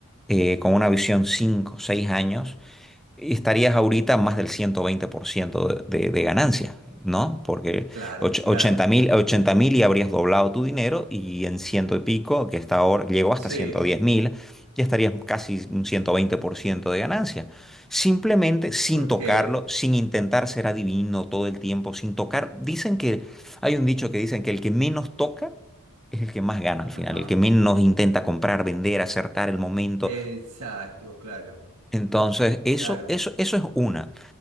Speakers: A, in the centre; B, on the right (about 80°).
A: eh, con una visión 5, 6 años, estarías ahorita más del 120% de, de, de ganancia, ¿no? Porque
B: claro,
A: och-
B: claro.
A: 80 mil, 80 mil y habrías doblado tu dinero y en ciento y pico, que está ahora, llegó hasta
B: Sí,
A: 110 mil, ya estarías casi un 120% de ganancia. Simplemente sin
B: porque...
A: tocarlo, sin intentar ser adivino todo el tiempo, sin tocar. Dicen que, hay un dicho que dicen que el que menos toca es el que más gana al final,
B: Ajá.
A: el que menos intenta comprar, vender, acertar el momento.
B: Exacto, claro,
A: Entonces, eso,
B: claro.
A: eso, eso es una.